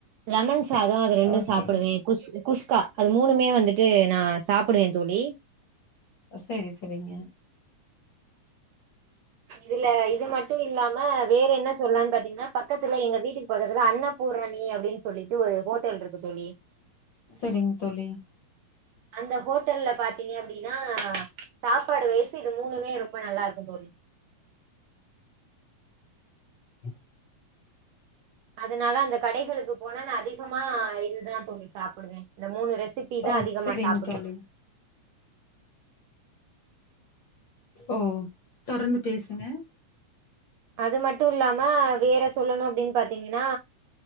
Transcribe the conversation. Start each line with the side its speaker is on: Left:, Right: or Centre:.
Right: லெமன் சாதம் அது ரெண்டு
Left: ஓகேங்க
Right: சாப்டுவேன் குஸ் குஸ் க்கா அது மூணுமே வந்துட்டு நான் சாப்பிடுவே தோழி
Left: செரி செரிங்க
Right: இதுல இது மட் ட்டு இல்லாம வேற என்ன சொல்லான்னு பாத்தீங்கன்னா பக்கத்துல எங்க வீட்டுக்கு பக்கத்துல அன்னபூரணி அப்டின்னு சொல்லிட்டு ஒரு ஹோட்டல் இருக்கு தோழி
Left: செரிங் தோழி
Right: அந்த ஹோட்டல்ல பாத்தீங்க அப்படின்னா சாப்பாடு வைஸ் இது மூணுமே ரொம்ப நல்லா இருக்கு தோழி
Left: ம்
Right: அதனால அந்த கடைகளுக்கு போனா நான் அதிகமா இதுதா தோழி சாப்பிடுவேன் இந்த மூணு ரெசிபி
Left: ஓ
Right: தா அதிகமா
Left: செரிங்
Right: சாப்பிடுவேன்
Left: தோழி ஓ தொடர்ந்து பேசுங்க
Right: அது மட்டும் இல்லாம வேற சொல்லணும் அப்டின்னு பாத்தீங்கன்னா